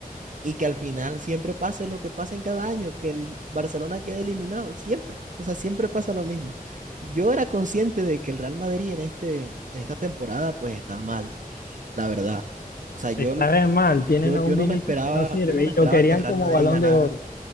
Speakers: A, on the right (about 55°); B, on the left (about 85°).
A: y que al final siempre pase lo que pasa en cada año, que el Barcelona quede eliminado, siempre. O sea, siempre pasa lo mismo. Yo era consciente de que el Real Madrid en, este, en esta temporada pues está mal, la verdad. O sea, yo,
B: Está re mal, tienen
A: yo,
B: a
A: yo
B: un
A: no
B: Vinicius
A: me esperaba,
B: que no sirve
A: yo no me
B: y
A: esperaba
B: lo querían
A: que el Real
B: como
A: Madrid
B: balón
A: ganara.
B: de oro.